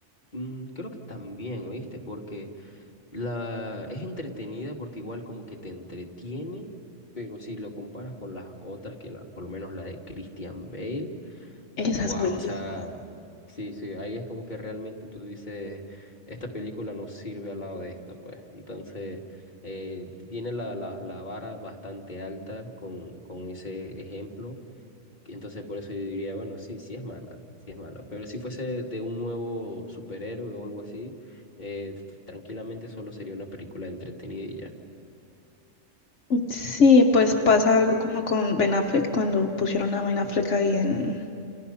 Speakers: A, on the left; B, on the left.
A: mm, creo que también, ¿oíste? Porque la es entretenida porque igual como que te entretiene, pero si lo comparas con las otras, que la, por lo menos la de Christian Bale
B: Esa
A: Wow,
B: es buenísima.
A: o sea, sí, sí, ahí es como que realmente tú dices, esta película no sirve al lado de esta, pues. Entonces, eh, tiene la, la, la vara bastante alta con, con ese ejemplo. Entonces, por eso yo diría, bueno, sí, sí es mala, sí es mala. Pero si fuese de un nuevo superhéroe o algo así, eh, tranquilamente solo sería una película entretenida y
B: Sí, pues pasa
A: ya.
B: algo como con Ben Affleck cuando pusieron a Ben Affleck ahí en,